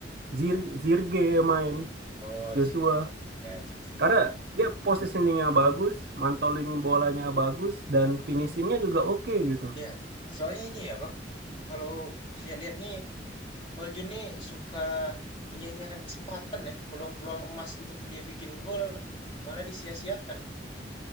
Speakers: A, on the right; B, on the left.
A: Zir Zirge yang main
B: Oh,
A: Joshua.
B: Zigzi ya, Zigzi
A: Karena
B: ya.
A: dia positioningnya bagus, mantolin bolanya bagus, dan finishingnya juga oke gitu.
B: Ya, soalnya ini ya Bang, kalau dilihat-lihat nih, Hol Jun nih suka menyanyiakan kesempatan ya, peluang-peluang emas untuk dia bikin gol malah disia-siakan Bang.